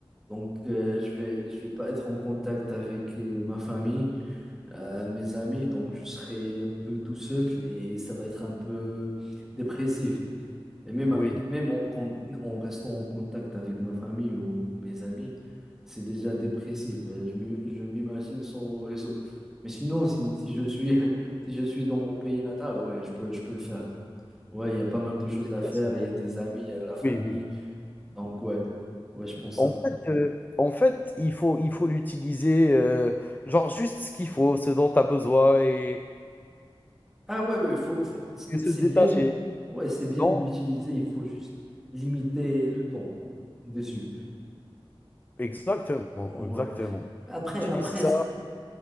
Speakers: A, in the centre; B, on the left.
A: Donc, euh, je vais, je vais pas être en contact avec euh, ma famille, euh, mes amis. Donc, je serai un peu tout seul et ça va être un peu dépressif. Et même
B: Oui,
A: avec, même en, con- en restant en contact avec ma famille ou mes amis, c'est déjà dépressif. Euh, Je m'i- je m'imagine sans réseau. Mais sinon, si, si je suis, <laughs> si je suis dans mon pays natal, ouais, je peux, je peux le faire. Ouais, il y a pas mal de choses
B: c'est
A: à
B: bien,
A: faire.
B: c'est bien.
A: Il y a des amis, il y a la famille.
B: Oui, oui.
A: Donc, ouais, ouais, je pense
B: En
A: ça.
B: fait, heu, en fait, il faut il faut l'utiliser, heu, genre juste ce qu'il faut, ce dont tu as besoin et
A: Ah, ouais, ouais, faut, faut- c'est
B: et se
A: c'est
B: détacher.
A: bien, ouais, c'est bien
B: Non?
A: de l'utiliser. Il faut juste limiter le temps dessus.
B: Exactement,
A: Ouais.
B: exactement.
A: Après,
B: Utilise
A: après,
B: ça